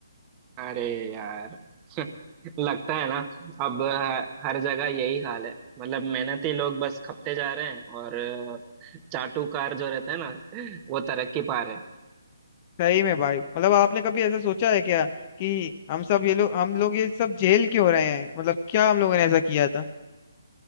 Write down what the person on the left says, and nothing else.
सही में भाई मतलब आपने कभी ऐसा सोचा है क्या कि हम सब ये लोग हम लोग ये सब जेल क्यों हो रहे हैं मतलब क्या हम लोगों ने ऐसा किया था